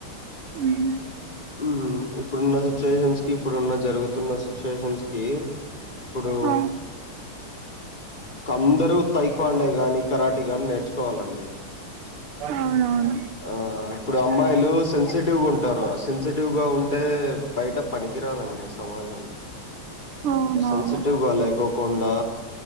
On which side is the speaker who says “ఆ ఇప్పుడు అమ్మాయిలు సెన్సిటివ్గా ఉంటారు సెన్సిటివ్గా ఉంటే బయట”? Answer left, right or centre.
Left